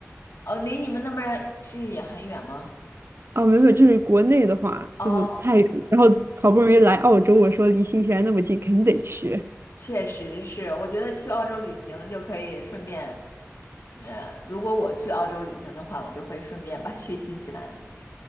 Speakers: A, on the left (about 70°); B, on the right (about 55°).
A: 哦，离你们那边儿去也很远吗？
B: <laughs> 啊，没有，就是国内的话就是太远了然后好不容易来澳洲，
A: 哦，
B: 我说离新西兰那么近，肯定得去。
A: 确实是，我觉得去澳洲旅行就可以顺便，呃，如果我去澳洲旅行的话，我就会顺便吧去新西兰。